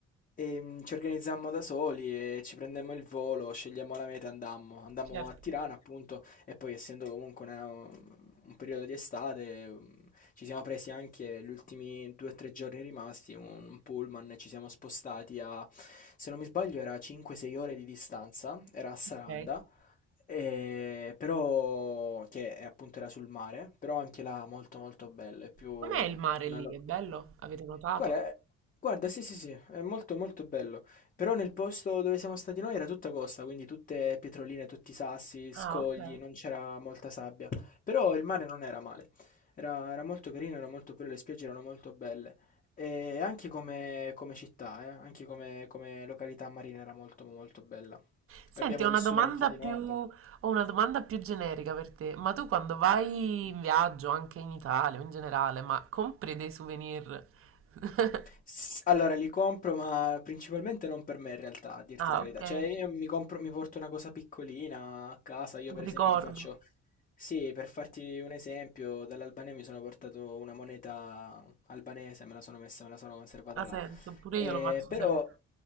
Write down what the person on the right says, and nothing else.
Certo.
Ok.
Com'è il mare lì?
È bello? Avete notato?
Ah, ok.
Senti,
ho
una domanda
più,
ho una domanda più generica per te. Ma tu quando vai in viaggio, anche in Italia o in generale, ma compri dei souvenir? <laughs>
Ah,
Sì. ok,
un
ricordo.
Ha senso,
pure
io lo faccio
sempre.